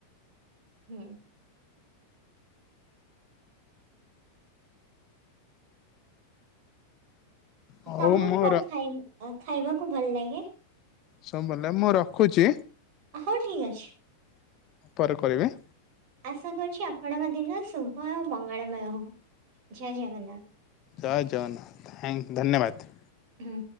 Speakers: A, on the right; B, on the left.
A: ହୁଁ।
B: ହଉ
A: ତମକୁ
B: ମୋର
A: କଣ ଖାଇନି ଏ ଖାଇବାକୁ ଭଲ ଲାଗେ?
B: ସମ୍ବଲେ ମୁଁ ରଖୁଛି।
A: ହଉ ଠିକ୍ ଅଛି।
B: ପରେ କରିବେ।
A: ଆଶା କରୁଛି ଆପଣମାନେ ଦିନ ଶୁଭ ହେଉ ମଙ୍ଗଳମୟ ହେଉ ଜୟ ଜଗନ୍ନାଥ।
B: ଜୟ ଜଗନ୍ନାଥ ଥ୍ୟାଙ୍କ ଧନ୍ୟବାଦ।
A: ହୁଁ।